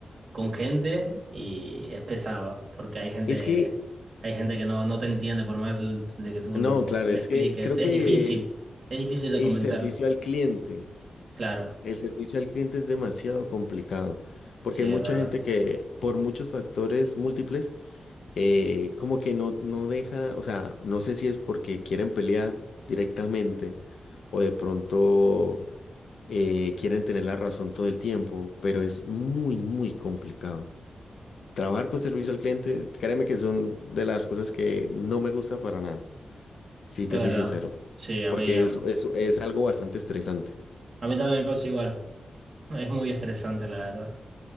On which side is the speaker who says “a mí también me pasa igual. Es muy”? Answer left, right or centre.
Right